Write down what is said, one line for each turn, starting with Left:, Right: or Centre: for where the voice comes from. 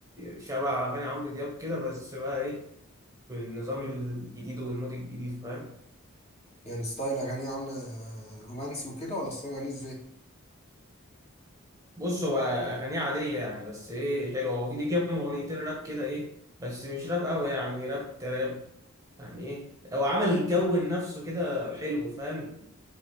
Right: شبه أغاني عمرو دياب كده بس بقى إيه بالنظام الجديد والمود الجديد فاهم
Left: يعني ستايل اغانيه عامله آه، رومانسي وكده ولا ستايل اغانيه ازاي
Right: بص هو أغانيه عادية يعني بس إيه حلوة هو ليه كام أغنيتين راب كده إيه بس مش راب أوي يعني راب تراب يعني إيه هو عمل جو لنفسه كده حلو فاهم